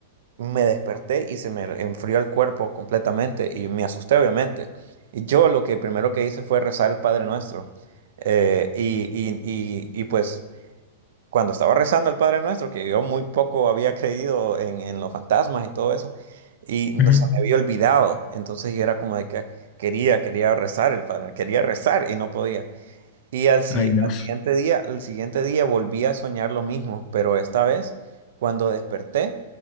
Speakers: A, on the right (about 70°); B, on the left (about 40°).
A: me desperté y se me enfrió el cuerpo completamente y me asusté obviamente. Y yo lo que primero que hice fue rezar el Padre Nuestro. Eh, y, y, y, y pues cuando estaba rezando el Padre Nuestro, que yo muy poco había creído en, en los fantasmas y todo eso, y no
B: Ujú.
A: se me había olvidado. Entonces yo era como de que quería, quería rezar el Padre, quería rezar y no podía. Y al, si-
B: Ay, no.
A: al siguiente día, al siguiente día volví a soñar lo mismo, pero esta vez, cuando desperté,